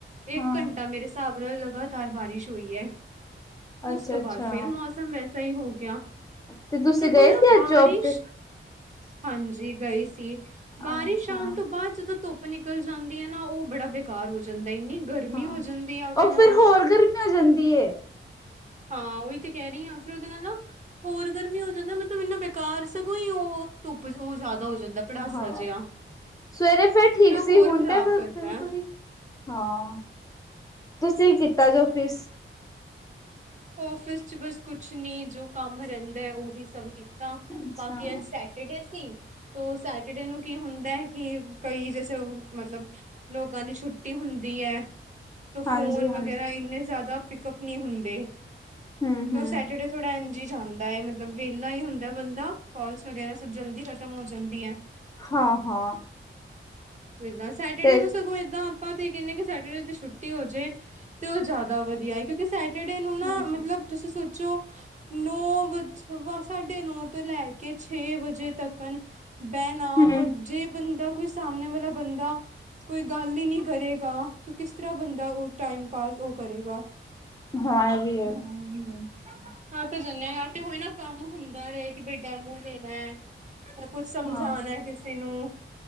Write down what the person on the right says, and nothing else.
ਇੱਕ
ਘੰਟਾ, ਮੇਰੇ ਹਿਸਾਬ ਨਾਲ ਲਗਾਤਾਰ ਬਾਰਿਸ਼ ਹੋਈ ਹੈ। ਉਸ
ਤੋਂ
ਬਾਅਦ, ਫੇਰ ਮੌਸਮ ਵੈਸਾ ਹੀ ਹੋ ਗਿਆ,
ਸਗੋਂ
ਨਾ
ਬਾਰਿਸ਼
ਹਾਂਜੀ, ਗਈ ਸੀ
ਬਾਰਿਸ਼ ਆਉਣ ਤੋਂ ਬਾਅਦ ਜਦੋਂ ਧੁੱਪ ਨਿਕਲ ਜਾਂਦੀ, ਆ ਨਾ ਉਹ ਬੜਾ ਬੇਕਾਰ ਹੋ ਜਾਂਦਾ ਇੰਨੀ ਗਰਮੀ
ਹੋ ਜਾਂਦੀ ਆ ਉਹਦੇ
ਨਾਲ
ਹਾਂ, ਉਹੀ ਤੇ ਕਹਿ ਰਹੀ ਆ ਫਿਰ ਉਹਦੇ ਨਾਲ ਨਾ ਹੋਰ ਗਰਮੀ ਹੋ ਜਾਂਦੀ, ਮਤਲਬ ਇੰਨਾ ਬੇਕਾਰ ਸਗੋਂ ਹੀ ਉਹ ਧੁੱਪ ਉਹ ਜਿਆਦਾ ਹੋ ਜਾਂਦਾ। ਪੜਾਸਾ
ਜਿਹਾ।
ਫਿਰ ਉਹ
ਹੋਰ
ਖ਼ਰਾਬ
ਕਰਦਾ
ਹੈ।
ਔਫਿਸ ਚ ਬਸ ਕੁਛ ਨੀ, ਜੋ ਕੰਮ ਰਹਿੰਦਾ, ਉਹੀ ਸਭ ਕੀਤਾ,
ਬਾਕੀ ਅੱਜ ਸੈਟ ਟਰਡੇ ਸੀ ਤੋਂ ਸੈਟਰਡੇ ਨੂੰ ਕੀ ਹੁੰਦਾ ਕਿ ਕਈ ਜੈਸੇ ਮਤਲਬ ਲੋਕਾਂ ਨੂੰ ਛੁੱਟੀ ਹੁੰਦੀ ਹੈ। ਫੋਨ
ਵਗੈਰਾ ਇੰਨੇ ਜੈਦਾ ਪਿਕਅਪ ਨੀਂ ਹੁੰਦੇ।
ਤੋਂ ਸੈਟਰਡੇ ਥੋੜਾ ਇੰਜ ਹੀ ਜਾਂਦਾ ਏ ਮਤਲਬ ਵੇਲਾ ਹੀ ਹੁੰਦਾ ਬੰਦਾ ਕੋਲ ਸੁਣਿਆ ਸਬ ਜਲਦੀ ਖ਼ਤਮ ਹੋ ਜਾਂਦੀ ਹੈ।
ਤੂੰ ਇਦਾਂ ਸੈਟਰਡੇ
ਨੂੰ ਸਗੋਂ ਇਦਾਂ ਅਪਾਂ ਤੇ ਇਹ ਕਹਿੰਦੇ ਆਂ ਕਿ ਸੈਟਰਡੇ ਦੀ ਛੁੱਟੀ ਹੋ ਜੇ ਤੇ ਓਹ ਜੈਦਾ ਵਧੀਆ ਏ ਕਿਉਂਕਿ ਸੈਟਰਡੇ ਨੂੰ ਨਾ
ਮਤਲਬ ਤੁਸੀਂ ਸੋਚੋ ਨੌ ਵਜ ਵਾ ਸਾਢੇ ਨੌ ਤੋਂ ਲੈ ਕੇ ਛੇ ਵਜੇ ਤੱਕਣ ਬੈਣਾ
ਔਰ ਜੇ ਬੰਦਾ ਕੋਈ ਸਾਹਮਣੇ ਵਾਲਾ ਬੰਦਾ ਕੋਈ ਗੱਲ ਹੀ ਨੀ ਕਰੇਗਾ ਤੇ ਕਿਸ ਤਰ੍ਹਾਂ ਬੰਦਾ ਓਹ ਟਾਈਮ ਪਾਸ ਓਹ ਕਰੇਗਾ।
ਹਾਂ ਐਵੀ ਏ। ਥੱਕ ਜਾਂਣੇ ਆਂ ਤੇ ਹੋਈ ਨਾ ਕੰਮ ਹੁੰਦਾ ਰਏ ਕਿ ਬਈ ਟਾਈਮ ਦੇਣਾ। ਤੇ ਕੁੱਛ ਸਮਝਾਣਾ
ਕਿਸੀ ਨੂੰ।